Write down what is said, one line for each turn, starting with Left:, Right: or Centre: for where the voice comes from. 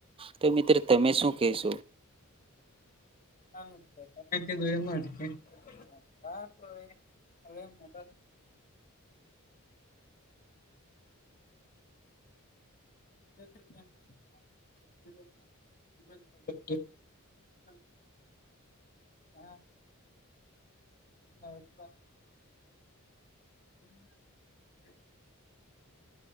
Right: તો મિત્ર તમે શું કહેશો
Left: આ તમે કીધું એમ જ. હ તો હવે મદ રત એ <unintelligible> હા આ હમ